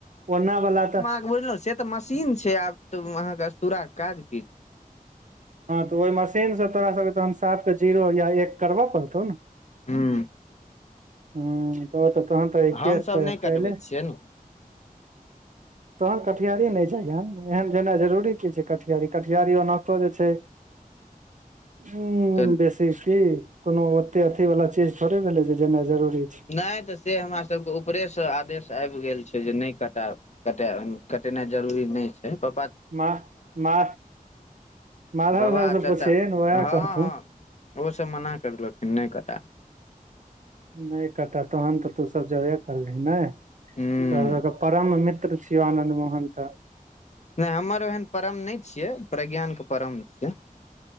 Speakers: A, on the right; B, on the left.
A: ओना वला तऽ
B: बुझलौं से तऽ मशीन छै आब तऽ अहाँ के अस्तुरा के काज कि
A: हाँ तऽ ओहि मशीन से तोरा सबके तहन साफ के जीरो या एक करब पड़तौ ने
B: हूँ
A: हुँ ओ तऽ तखन तऽ केस
B: हमसभ
A: तऽ
B: नहि
A: स्टायले
B: कटबै छियै ने
A: तखन कटिहारी नहि जैहें, एहन जेनाइ जरुरी की छै कटिहारी, कटिहारी ओनाइतो जे छै छै, उंम्म
B: तऽ
A: बेस देखही, कोनो ओते अथिवला चीज थोड़े भेलै जे जेनाइ जरुरी
B: नहि त से हमरा सबके उपरेसे आदेश आबि गेल छै जे नहि कटायब कटय कटेनाइ जरूरी नहि छै पपा
A: मा मा माधव
B: बाबा
A: झा
B: चाचा
A: से पुछहीन वैह
B: हँ
A: कहथुन
B: हँ ओ सब मना करलखिन, नय कटा
A: नय कटा तखन तऽ तु सब जबे करलिहिन नै,
B: हूँ
A: तोरा सबके परम मित्र छियौ आनन्द मोहन तऽ
B: नहि हमर ओहेन परम नहि छियै प्रज्ञान के परम छियै